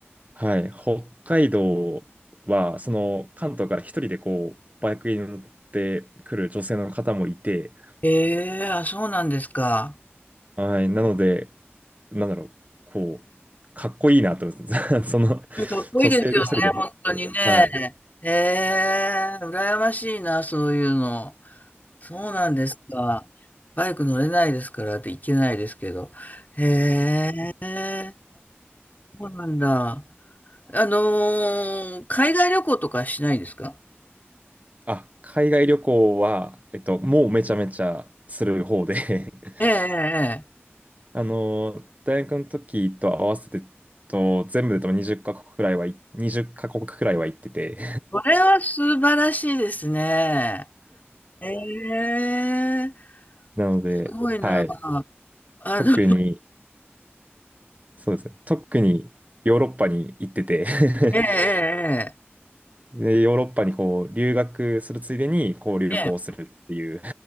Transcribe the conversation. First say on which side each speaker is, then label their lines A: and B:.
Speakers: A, on the right; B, on the left.
A: はい、北海道は、その関東から一人でこう、バイクに乗ってくる女性の方もいて、
B: ええあ、そうなんですか。
A: はい、なので、なんだろう、こう、かっこいいなと思って、<laughs> その
B: かっこいいですよね、
A: 女性で一人で海
B: 本当にね。
A: はい。
B: ええ羨ましいな、そういうの。そうなんですか。バイク乗れないですからって行けないですけど。へえ、そうなんだ。あのー海外旅行とかしないですか
A: あ、海外旅行は、えっと、もうめちゃめちゃする方で <laughs>
B: ええ、ええ、ええ
A: あの、大学の時と合わせて、と、全部で多分20カ国くらいは、20カ国くらいは行ってて
B: これは素晴らしいですね。ええ、
A: <laughs> なので、
B: すごいな。
A: はい。
B: あの、
A: 特に、そうですね。特にヨーロッパに行ってて
B: <laughs> ええ、え
A: <laughs> で、ヨーロッパにこう留学するついでにこう旅行するっていう
B: え、ええ。ええ